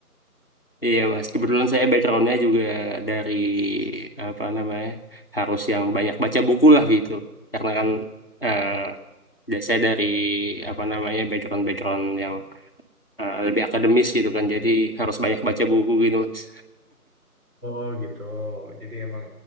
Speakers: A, on the left; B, on the right.
A: Iya mas, kebetulan saya backgroundnya juga dari apa namanya harus yang banyak baca buku lah gitu. Karena kan eh, da- saya dari apa namanya background background yang eh, lebih akademis gitu kan, jadi harus banyak baca buku gitu mas.
B: Oh gitu. Jadi emang